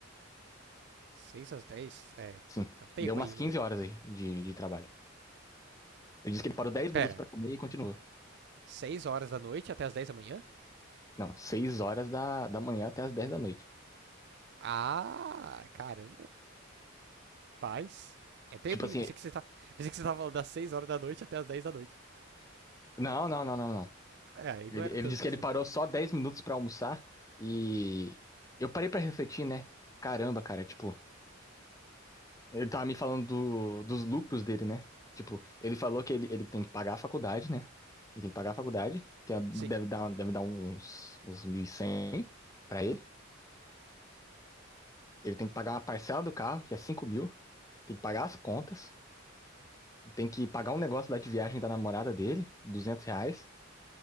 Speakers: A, on the right; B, on the left.
A: 6 às 10. é.
B: Sim.
A: É um tempo
B: Deu umas
A: aí,
B: 15
A: mano.
B: horas aí de, de trabalho. Ele disse que ele parou 10
A: Pera,
B: minutos pra comer e continuou.
A: 6 horas da noite até as 10 da manhã?
B: Não, 6 horas da, da manhã até as dez da noite.
A: Ah, caramba, paz. É tempo,
B: Tipo
A: hein?
B: assim,
A: Pensei que você tá, pensei que você tava falando das 6 horas da noite até as 10 da noite.
B: não, não, não, não, não.
A: É, aí
B: Ele,
A: não era
B: ele
A: tanto
B: disse que
A: isso.
B: ele parou
A: não.
B: só 10 minutos pra almoçar e eu parei pra refletir, né? Caramba, cara, tipo, Ele tava me falando do- dos lucros dele, né? Tipo, ele falou que ele, ele tem que pagar a faculdade, né? Ele tem que pagar a faculdade, que é- deve
A: Sim.
B: dar, deve dar uns, uns 1.100 pra ele. Ele tem que pagar uma parcela do carro, que é 5 mil. Tem que pagar as contas. Tem que pagar um negócio lá de viagem da namorada dele, 200 reais.